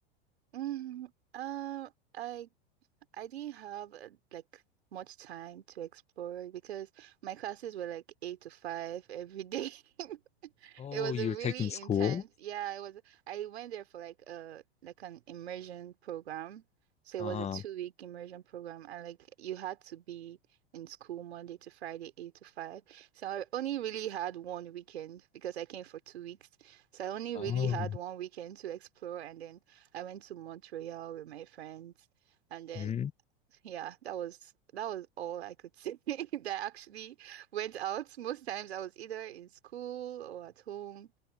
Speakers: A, on the right (about 80°); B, on the left (about 20°).
A: Mm, um, I I didn't have uh, like much time to explore it because my classes were like eight to five every day. <laughs>
B: Oh,
A: It was
B: you're
A: a really
B: taking school?
A: intense. Yeah, it was. I went there for like a like an immersion program. So
B: Uh-huh.
A: it was a two week immersion program, and like you had to be in school Monday to Friday, eight to five. So I only really had one weekend because I came for two weeks. So I only
B: Oh.
A: really had one weekend to explore, and then I went to Montreal with my friends. And then
B: mhm.
A: yeah, that was that was all I could say <laughs> that actually went out. Most times I was either in school or at home.